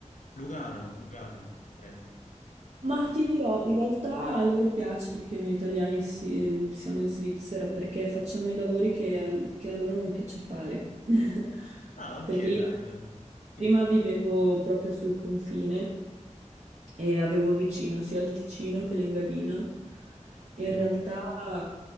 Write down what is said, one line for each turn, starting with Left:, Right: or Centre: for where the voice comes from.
Left: Lugano, Lugano. Eh.
Right: Ma ti dirò, in realtà a loro piace che noi italiani si- mm, siamo in Svizzera perché facciamo i lavori che, a che a loro non piace fare. <laughs>
Left: Ah,
Right: Perché
Left: ok,
Right: io
Left: dai. allora. Quindi,
Right: prima vivevo proprio sul confine e avevo vicino sia il Ticino che l'Engadina. E
Left: sì.
Right: in realtà,